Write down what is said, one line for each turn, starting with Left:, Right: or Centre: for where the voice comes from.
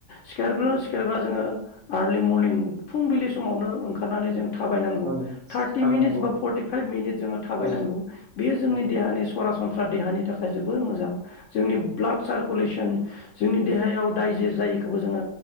Left: सिखारग्रो सिखारग्रा जोङो आरलि मरनिं फुंबिलि समावनो ओंखारनानै जों थाबायनांगौ
Right: औ
Left: थार्टि
Right: थाबाय
Left: मिनिटस
Right: नंगौ
Left: बा फर्टिफाइभ मिनिटस जोङो थाबायनांगौ
Right: औ
Left: बेयो जोंनि
Right: औ
Left: देहानि सरासनस्रा देहानि थाखाय जोबोर मोजां जोंनि ब्लाड सारकुलेसन जोंनि देहायाव दायजेस जायो । खोबो जोङो